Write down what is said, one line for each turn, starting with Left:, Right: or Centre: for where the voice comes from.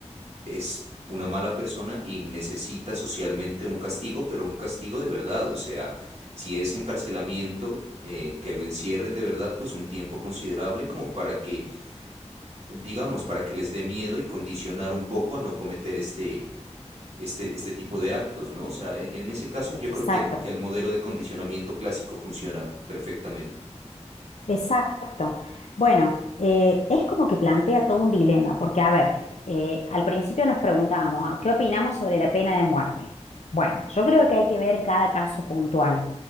Right: es una mala persona y necesita socialmente un castigo, pero un castigo de verdad. O sea, si es encarcelamiento, eh, que lo encierren de verdad, pues un tiempo considerable como para que, digamos, para que les dé miedo y condicionar un poco a no cometer este, este, este tipo de actos, ¿no? O sea, en, en ese caso yo
Left: Exacto.
Right: creo que el, que el modelo de condicionamiento clásico funciona perfectamente.
Left: Exacto. Bueno, eh, es como que plantea todo un dilema, porque a ver, eh, al principio nos preguntábamos, ah, ¿qué opinamos sobre la pena de muerte? Bueno, yo creo que hay que ver cada caso puntual.